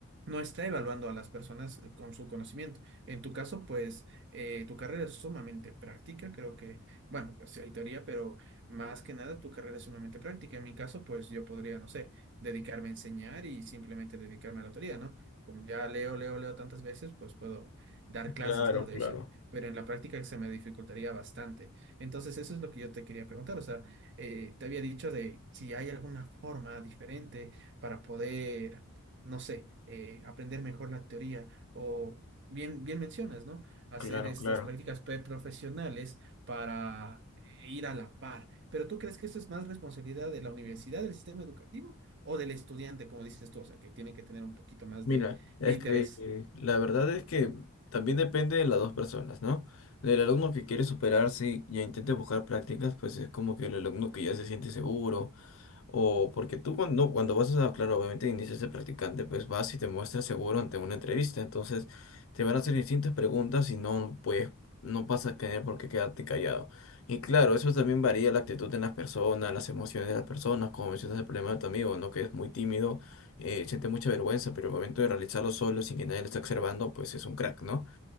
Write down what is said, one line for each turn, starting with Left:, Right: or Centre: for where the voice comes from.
Right: no está evaluando a las personas eh, con su conocimiento. En tu caso, pues eh, tu carrera es sumamente práctica, creo que, bueno, pues sí hay teoría, pero más que nada tu carrera es sumamente práctica. En mi caso, pues yo podría, no sé, dedicarme a enseñar y simplemente dedicarme a la teoría, ¿no? Como ya leo, leo, leo tantas veces, pues puedo dar clases,
Left: claro,
Right: ¿no? De
Left: claro,
Right: eso pero en la práctica se me dificultaría bastante. Entonces, eso es lo que yo te quería preguntar. O sea, eh, te había dicho de si hay alguna forma diferente para poder, no sé, eh, aprender mejor la teoría o... Bien, bien mencionas, ¿no? Hacer
Left: claro,
Right: estas
Left: claro.
Right: prácticas preprofesionales para ir a la par. Pero ¿tú crees que esto es más responsabilidad de la universidad, del sistema educativo o del estudiante, como dices tú? O sea, que tiene que tener un poquito más
Left: Mira,
Right: de,
Left: es
Right: de interés.
Left: que eh, la verdad es que también depende de las dos personas, ¿no? Del alumno que quiere superarse y ya intente buscar prácticas, pues es como que el alumno que ya se siente seguro, o porque tú cuando, cuando vas a, claro, obviamente inicias de practicante, pues vas y te muestras seguro ante una entrevista. Entonces te van a hacer distintas preguntas y no puedes, no pasa a tener por qué quedarte callado. Y claro, eso también varía la actitud en las personas, las emociones de las personas, como mencionas el problema de tu amigo, ¿no? Que es muy tímido, eh, siente mucha vergüenza, pero el momento de realizarlo solo, sin que nadie lo esté observando, pues es un crack, ¿no?